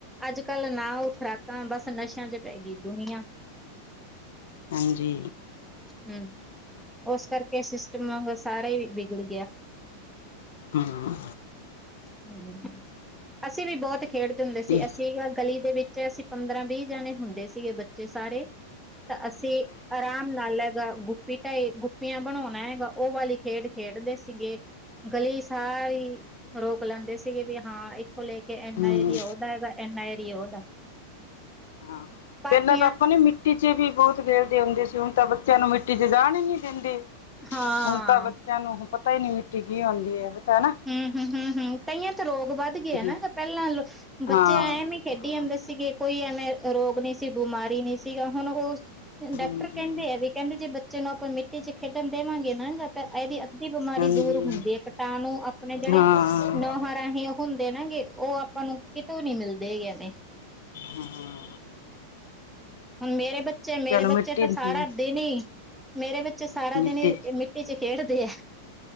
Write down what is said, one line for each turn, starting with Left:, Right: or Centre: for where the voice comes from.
Centre: ਅੱਜ ਕੱਲ੍ਹ ਨਾ ਉਹ ਖੁਰਾਕਾਂ, ਬਸ ਨਸ਼ਿਆਂ 'ਚ ਪੈ ਗਈ ਦੁਨੀਆਂ
Left: ਹਾਂਜੀ।
Centre: ਹਮ, ਉਸ ਕਰਕੇ ਸਿਸਟਮ ਵੀ ਸਾਰਾ ਹੀ ਵਿਗੜ ਗਿਆ।
Left: ਹਮ, ਹਾਂ।
Centre: ਹਮ, ਅਸੀਂ ਵੀ ਬਹੁਤ ਖੇਡਦੇ ਹੁੰਦੇ ਸੀ,
Left: ਜੀ
Centre: ਅਸੀਂ ਗਲੀ ਦੇ ਵਿੱਚ ਅਸੀਂ ਪੰਦਰਾਂ ਵੀਹ ਜਾਣੇ ਹੁੰਦੇ ਸੀਗੇ ਬੱਚੇ ਸਾਰੇ, ਤਾਂ ਅਸੀਂ ਆਰਾਮ ਨਾਲ ਲੈਗਾ ਗੁੱਪੀ ਢਾਈ, ਗੁੱਪੀਆਂ ਬਣਾਉਣਾ ਹੈਗਾ, ਉਹ ਵਾਲੀ ਖੇਡ ਖੇਡਦੇ ਸੀਗੇ। ਗਲੀ ਸਾਰੀ ਰੋਕ ਲੈਂਦੇ ਸੀਗੇ ਵੀ ਹਾਂ, ਇੱਥੋਂ ਲੈ ਕੇ ਐਨਾ
Left: ਹਮ
Centre: ਏਰੀਏ ਉਹਦਾ ਹੈਗਾ, ਐਨਾ ਏਰੀ ਉਹਦਾ
Left: ਹਾਂ
Centre: ਪਾਥੀਆਂ
Left: ਪਹਿਲਾਂ ਤਾਂ ਆਪਾਂ ਨੇ ਮਿੱਟੀ 'ਚ ਵੀ ਬਹੁਤ ਖੇਡਦੇ ਹੁੰਦੇ ਸੀ, ਹੁਣ ਤਾਂ ਬੱਚਿਆਂ ਨੂੰ ਮਿੱਟੀ 'ਚ ਜਾਣ ਹੀ ਨਹੀਂ ਦਿੰਦੇ।
Centre: ਹਾਂ
Left: ਹੁਣ ਤਾਂ ਬੱਚਿਆਂ ਨੂੰ ਪਤਾ ਹੀ ਨਹੀਂ, ਮਿੱਟੀ ਕੀ ਹੁਂਦੀ ਹੈ? ਪਤਾ ਹੈ ਨਾ
Centre: ਹਮ ਹਮ, ਹਮ ਹਮ, ਤਈਆਂ ਤਾਂ ਰੋਗ ਵੱਧ ਗਏ ਹੈਨਾ,
Left: ਹਮ,
Centre: ਪਹਿਲਾਂ ਬੱਚੇ
Left: ਹਾਂ
Centre: ਐ ਨੀ ਖੇਡੀ
Left: ਹਾਂ
Centre: ਆਂਦੇ ਸੀਗੇ, ਕੋਈ ਐਵੇਂ ਰੋਗ ਨਹੀਂ ਸੀ, ਬਿਮਾਰੀ ਨਹੀਂ ਸੀਗਾ, ਹੁਣ ਉਹ ਡਾਕਟਰ
Left: ਹਾਂਜੀ
Centre: ਕਹਿੰਦੇ ਆ ਵੀ ਕਹਿੰਦੇ, ਜੇ ਬੱਚੇ ਨੂੰ ਆਪਾਂ ਮਿੱਟੀ 'ਚ ਖੇਡਣ ਦੇਵਾਂਗੇ ਨਾ ਜਾਂ ਇਹਦੀ ਅੱਧੀ ਬਿਮਾਰੀ
Left: ਹਾਂਜੀ
Centre: ਦੂਰ ਹੁੰਦੀ ਹੈ, ਕਟਾਣੂ ਆਪਣੇ ਜਿਹੜੇ
Left: ਹਾਂ
Centre: ਨ ਰਾਹੀਂ ਉਹ ਹੁੰਦੇ ਨਾ ਗੇ, ਉਹ ਆਪਾਂ ਨੂੰ ਕਿਤੋਂ ਨੀ ਮਿਲਦੇ ਐਵੇ।
Left: ਹਮ।
Centre: ਹੁਣ ਮੇਰੇ ਬੱਚੇ, ਮੇਰੇ
Left: ਨੂੰ
Centre: ਬੱਚੇ
Left: ਮਿੱਟੀ
Centre: ਤਾਂ
Left: ਹਮ,
Centre: ਸਾਰਾ ਦਿਨ ਹੀ ਮੇਰੇ ਬੱਚੇ ਸਾਰਾ
Left: ਮਿੱਟੀ
Centre: ਦਿਨ ਹੀ
Left: 'ਚ
Centre: ਮਿੱਟੀ ਵਿੱਚ ਖੇਡਦੇ ਆ,